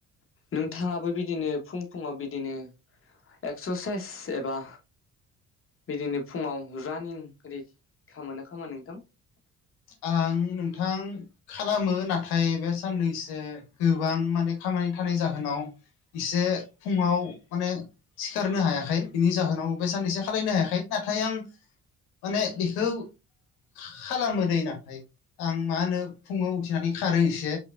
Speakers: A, on the left; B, on the left.
A: नोंथाङाबो बिदिनो फुं फुङाव बिदिनो एक्सारसाइस एबा बिदिनो फुङाव रानिं ओरि खोना खोमा नोंथां
B: आं नोंथां खालामो नाथाय बे साननैसो गोबां माने खामानि थानाय जाहोनाव इसे फुङाव माने सिखारनो हायाखै बिनि जाहोनाव बे साननैसो खालायनो हायाखै नाथाय आं माने इखौ खा-खालामो नाथाय आं मा होनो फुङाव उथिनानै खारो एसे